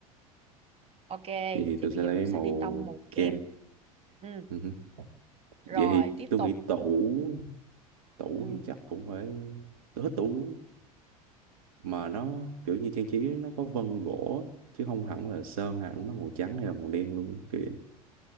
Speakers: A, on the right (about 30°); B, on the right (about 65°).
A: ok
B: vậy
A: vậy
B: thì
A: thì
B: tôi
A: bây
B: sẽ
A: giờ
B: lấy
A: mình sẽ
B: màu
A: đi tông màu kem
B: kem.
A: ừ
B: Ừ hứ.
A: rồi
B: Vậy thì
A: tiếp
B: tôi
A: tục
B: nghĩ tủ tủ
A: ừ.
B: thì chắc cũng phải tôi thích tủ mà nó kiểu như trang trí nó có vân gỗ chứ không hẳn là sơn hẳn nó màu trắng hay là màu đen luôn kìa